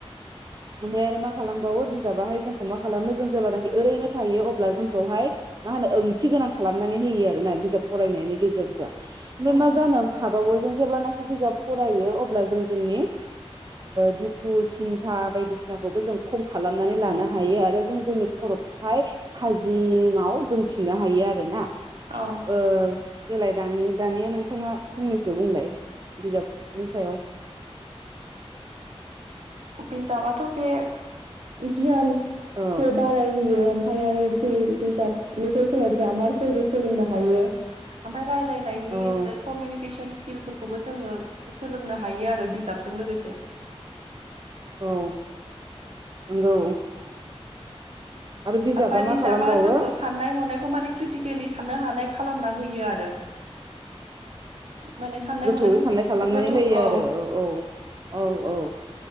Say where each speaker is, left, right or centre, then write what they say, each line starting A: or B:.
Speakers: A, on the right; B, on the right.
A: <inaudible>
B: ओमफ्राय आरो मा खालामबावो बिजाबाहाय जोंखौ मा खालामो जों जेब्लानाखि ओरैनो थायो अब्ला जोंखौहाय मा होनो ओंथि गोनां खालामनानै होयो आर ना बिजाब फरायनायनि गेजेरजों ओमफ्राय
A: औ
B: मा जानो हाबावो जों जेब्लानाखि बिजाब फरायो अब्ला जों जोंनि दुखु सिन्था बायदिसिनाखौबो जों खम खालामनानै लानो हायो आरो आरो जों जोंनि खर'खौहाय थाजिमाव दोनफिननो हायो आरोना।
A: औ
B: ओ देलाय दा दानिया नों थाङा फंनैसो बुंलाय बिजाबनि सायाव।
A: बिजाबाथ' बे गियान
B: औ
A: खौ बाराय होयो। ओमफ्राय आरो ग्रि बिजाबनिफ्राय जोङो ग्रामारफोरबो सोलोंनो हायो आमफाय रायलायनायनि
B: औ
A: कमउनिकेसन स्किलफोरखौबो जोङो सोलोंनो हायो आरो बिजाबजों लोगोसे
B: औ नंगौ आरो
A: ओमफफ्राय बिजाबा
B: मा खालामबावो
A: जोंखौ साननाय हनायखौ माने क्रिटिकेलि साननो हानाय खालामना होयो आरो। माने साननाय
B: गोथौयै
A: हनायखौ
B: साननाय खालामनानै
A: गोथौ
B: होयो
A: औ
B: आरो औ औ। औ औ